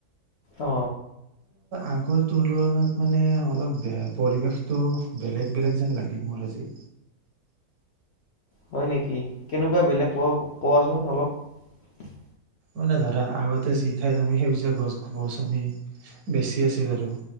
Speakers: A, on the left; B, on the right.
A: অ
B: আগৰ তুলনাত মানে অলপ বেয়া পৰিৱেশতটো বেলেগ বেলেগ যেন লাগিল মোৰ আজি
A: হয় নেকি কেনেকুৱা বেলেগ কোৱা কোৱাচোন অলপ
B: মানে ধৰা আগতে যি ঠাইত আমি সেউজীয়া গছ গ গছনি বেছি আছিল আৰু